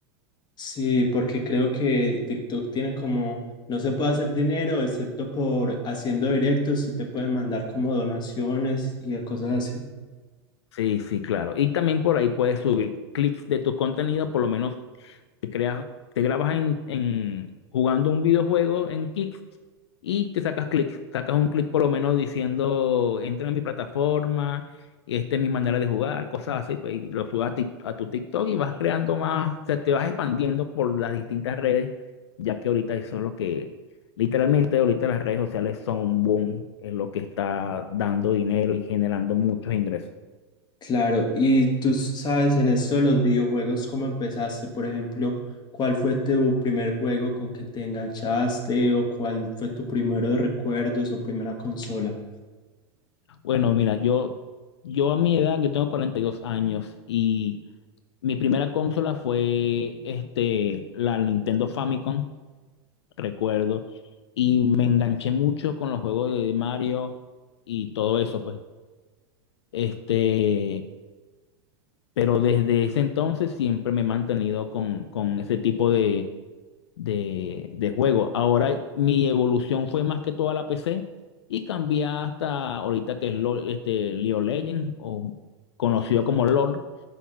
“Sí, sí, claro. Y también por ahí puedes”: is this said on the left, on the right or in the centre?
Left